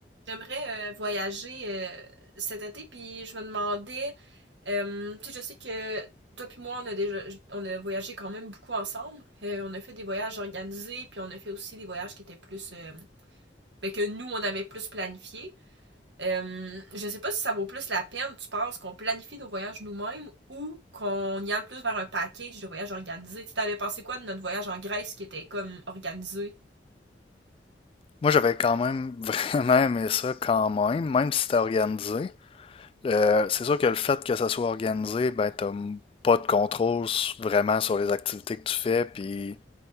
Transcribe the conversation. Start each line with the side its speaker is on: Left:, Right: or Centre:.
Right: J'aimerais euh, voyager euh, cet été, puis je me demandais, euh, tu sais, je sais que toi puis moi, on a déjà, on a voyagé quand même beaucoup ensemble. Euh, on a fait des voyages organisés, puis on a fait aussi des voyages qui étaient plus, euh, ben, que nous, on avait plus planifié. Euh, je sais pas si ça vaut plus la peine, tu penses, qu'on planifie nos voyages nous-mêmes ou qu'on y aille plus vers un package de voyages organisés. Tu t'avais pensé quoi de notre voyage en Grèce qui était comme organisé?
Left: Moi, j'avais quand même <laughs> vraiment aimé ça quand même, même si c'était organisé. Euh, c'est sûr que le fait que ça soit organisé, ben, t'as m- pas de contrôle s- vraiment sur les activités que tu fais, puis